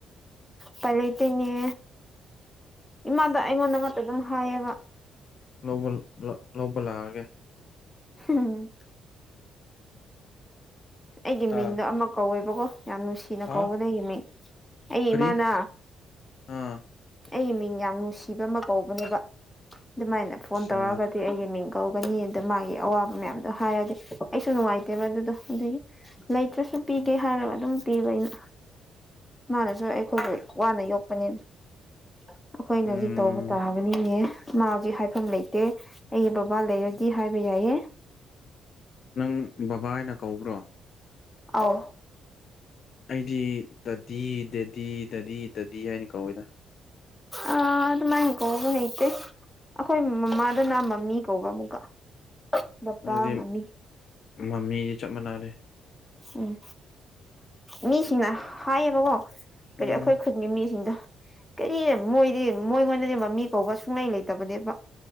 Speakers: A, in the centre; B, on the left (about 55°).
A: ꯄꯥꯏꯂꯩꯇꯦꯅꯦ ꯏꯃꯥꯗ ꯑꯩꯉꯣꯟꯗ ꯑꯃꯛꯇ ꯑꯗꯨꯝ ꯍꯥꯏꯌꯦꯕ
B: ꯂꯧꯕꯜꯗ ꯂꯧꯕ ꯂꯥꯛꯑꯒꯦ
A: ꯍꯨꯝ ꯑꯩꯒꯤ ꯃꯤꯡꯗꯣ
B: ꯑꯥ
A: ꯑꯃ ꯀꯧꯋꯦꯕꯀꯣ ꯌꯥꯝ ꯅꯨꯡꯁꯤꯅ
B: ꯍꯥ
A: ꯀꯧꯕꯏꯅꯦ ꯑꯩꯒꯤ ꯃꯤꯡ ꯑꯩ
B: ꯀꯔꯤ
A: ꯏꯃꯥꯅ
B: ꯑꯥ
A: ꯑꯩꯒꯤ ꯃꯤꯡ ꯌꯥꯝ ꯅꯨꯡꯁꯤꯕ ꯑꯃ ꯀꯧꯕꯅꯦꯕ ꯑꯗꯨꯃꯥꯏꯅ
B: ꯑꯠꯆꯥ
A: ꯐꯣꯟ ꯇꯧꯔꯒꯗꯤ ꯑꯩꯒꯤ ꯃꯤꯡ ꯀꯧꯒꯅꯤ ꯑꯗꯨ ꯃꯥꯒꯤ ꯑꯋꯥꯕ ꯃꯌꯥꯝꯗꯣ ꯍꯥꯏꯔꯗꯤ ꯑꯩꯁꯨ ꯅꯨꯡꯉꯥꯏꯇꯦꯕ ꯑꯗꯨꯗꯣ ꯑꯗꯨꯒꯤ ꯂꯩꯇ꯭ꯔꯁꯨ ꯁ ꯄꯤꯒꯦ ꯍꯥꯏꯔꯒ ꯑꯗꯨꯝ ꯄꯤꯕ ꯑꯩꯅ ꯃꯥꯅꯁꯨ ꯑꯩꯈꯣꯏꯁꯨ ꯋꯥꯅ ꯌꯣꯛꯄꯅꯤꯅ ꯑꯩꯈꯣꯏꯅ
B: ꯎꯝ
A: ꯍꯧꯖꯤꯛ ꯇꯧꯕ ꯇꯥꯕꯅꯤꯅꯦ ꯃꯥꯁ ꯍꯥꯏꯐꯝ ꯂꯩꯇꯦ ꯑꯩ ꯕꯕꯥ ꯂꯩꯔꯗꯤ ꯍꯥꯏꯕ ꯌꯥꯏꯑ
B: ꯅꯪ ꯕꯕꯥ ꯍꯥꯏꯅ ꯀꯧꯕ꯭ꯔꯣ
A: ꯑꯥꯎ
B: ꯑꯩꯗꯤ ꯇꯗꯤ ꯗꯦꯗꯤ ꯇꯗꯤ ꯇꯗꯤ ꯍꯥꯏꯅꯤ ꯀꯧꯋꯤꯗ
A: ꯑ ꯑꯗꯨ ꯑꯗꯨ ꯃꯥꯏ ꯀꯣ ꯂꯩꯇꯦ ꯑꯩꯈꯣꯏ ꯃꯃꯥꯗꯅ ꯃꯃꯤ ꯀꯧꯕ ꯑꯃꯨꯛꯀ ꯕꯕꯥ
B: ꯑꯗꯨꯗꯤ
A: ꯃꯃꯤ
B: ꯃꯃꯤꯗꯤ ꯆꯞ ꯃꯥꯟꯅꯔꯦ
A: ꯎꯝ ꯃꯤꯁꯤꯡꯅ ꯍꯥꯏꯌꯦꯕꯀꯣ ꯀꯔꯤ
B: ꯎꯝ
A: ꯑꯩꯈꯣꯏ ꯈꯨꯟꯒꯤ ꯃꯤꯁꯤꯡꯗꯣ ꯀꯔꯤ ꯃꯣꯏꯗꯤ ꯃꯣꯏ ꯉꯣꯟꯗꯗꯤ ꯃꯃꯤ ꯀꯧꯕ ꯁꯨꯡꯂꯩ ꯂꯩꯇꯕꯅꯦꯕ